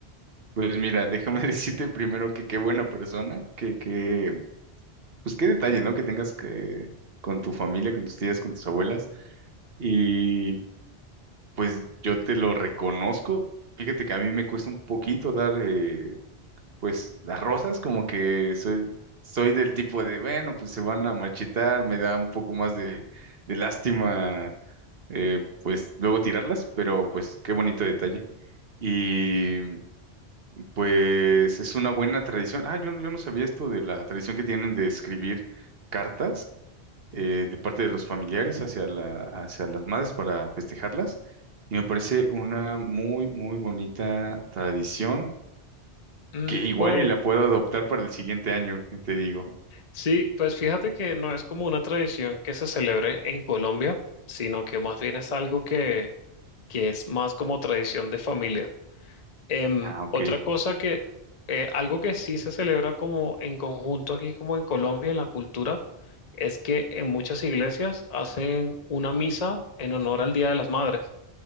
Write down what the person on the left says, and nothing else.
Mm,
pues
sí, pues fíjate que no es como una tradición que se celebre en Colombia, sino que más bien es algo que, que es más como tradición de familia. Em,
otra cosa que, eh, algo que sí se celebra como en conjunto aquí, como en Colombia, en la cultura, es que en muchas iglesias hacen una misa en honor al Día de las Madres.